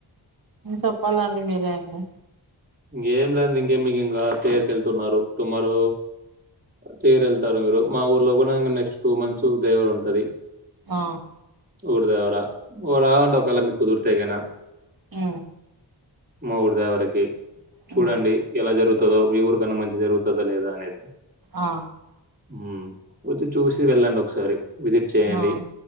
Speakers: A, on the right; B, on the right.
A: చెప్పాలండి మీరే ఇంగా
B: ఇంకేం లేదు ఇంకే మీకు ఇంకా తీగరి కెళ్తున్నారు టుమారో తేరు వెళ్తారు మీరు మా ఊర్లో కూడా ఇంగ నెక్స్ట్ టూ మంత్స్ దేవర ఉంటది
A: అ
B: ఊరి దేవరా ఓ రావండి ఒకేవేళ మీకు కుదురితే గినా
A: మ్
B: మా ఊరు దేవరకి చూడండి
A: ఉమ్
B: ఎలా జరుగుతుందో మీ ఊరికన్నా మంచి జరుగుతుందో లేదా అనేది
A: ఆ
B: ఉమ్ వచ్చి చూసి వెళ్ళండి ఒక్కసారి. విజిట్ చేయండి.
A: ఆ